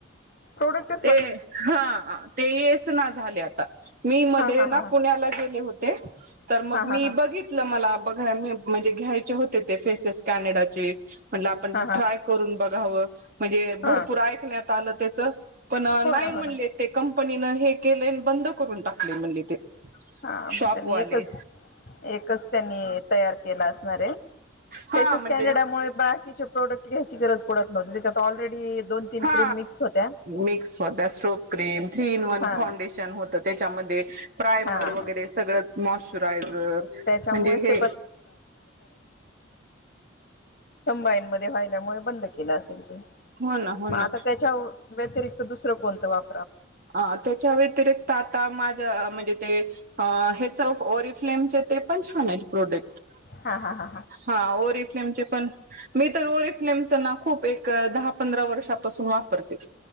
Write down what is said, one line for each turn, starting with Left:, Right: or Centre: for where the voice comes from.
Left: प्रोडक्ट
Right: ते. हा ते येच ना झाले आता, मी मध्ये
Left: हा हा
Right: ना
Left: हा
Right: पुण्याला गेले होते. तर मग
Left: हा
Right: मी
Left: हा हा
Right: बघितलं, मला बघा मी म्हणजे घ्यायचे होते ते फेसेस कॅनेडाचे. म्हणलं, आपण
Left: हा हा
Right: ट्राय करून बघावं. म्हणजे भरपूर
Left: हा
Right: ऐकण्यात आलं त्याच, पण
Left: हो
Right: नाही
Left: ना
Right: म्हणले
Left: हो ना
Right: ते कम कंपनी ने हे केले बंद करून टाकलय म्हणले ते.
Left: हा मग
Right: शॉपवाले
Left: त्यांनी एकच, एकच त्यांनी तयार केला असणार आहे.
Right: हा
Left: फेसेस
Right: म्हणजे
Left: कॅनडामुळे बाकीचे प्रोडक्ट घ्यायची गरज पडत नव्हती, त्याच्यात ऑलरेडी दोन तीन
Right: हा
Left: क्रीम मिक्स होत्या
Right: मिक्स होत strobe cream, three in one
Left: हा
Right: फाउंडेशन. होत तेच्यामध्ये. प्रायमर
Left: हा हा
Right: वगैरे सगळंच मॉशचरायझर
Left: त्याच्यामुळेच
Right: म्हणजे हे
Left: कम्बाईन मध्ये व्हायल्यामुळे बंद केलं असेल.
Right: हो ना हो
Left: मग
Right: ना
Left: आता त्याच्या व्यतिरिक्त दुसरं कोणतं वापर
Right: हा त्याच्या व्यतिरिक्त, आता माझ्या म्हणज ह याचं ओरिफ्लेम चे ते पण छान आहे. प्रोडेक्ट
Left: हा हा हा
Right: हा ओरिफ्लेमचे पण मी तर, ओरिफ्लेमच ना खूप एक दहा, पंधरा, वर्षापासून वापरते